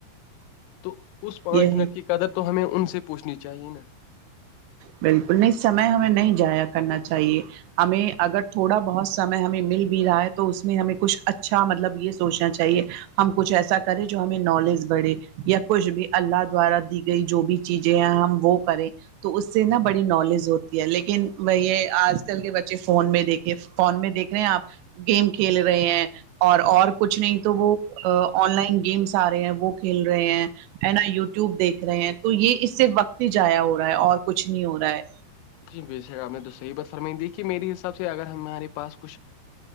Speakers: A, on the left (about 85°); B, on the right (about 80°).
A: تو اس پانچ
B: یہی
A: منٹ کی قدر تو ہمیں ان سے پوچھنی چاہیے نا
B: بالکل نہیں سمے ہمیں نہیں جایا کرنا چاہیے ہمیں اگر تھوڑا بہت سمے ہمیں مل بھی رہا ہے تو اس میں ہمیں کچھ اچھا مطلب یہ سوچنا چاہیے ہم کچھ ایسا کریں جو ہمیں نالج بڑھے یا کچھ بھی اللہ دوارا دی گئی جو بھی چیزیں ہم وہ کریں تو اس سے نا بڑی نالج ہوتی ہے لیکن وہ یہ آج کل کے بچے فون میں دیکھے فون میں دیکھ رہے ہیں آپ گیم کھیل رہے ہیں اور اور کچھ نہیں تو وہ آن لائن گیمس آ رہے ہیں وہ کھیل رہے ہیں ہے نا یوٹیوب دیکھ رہے ہیں تو یہ اس سے وقت ہی جضایا ہو رہا ہے اور کچھ نہیں ہو رہا ہے
A: جی سر آپ نے تو صح بات فرمائی تھی کہ میرے حساب سے اگر ہم ہمارے پاس کچھ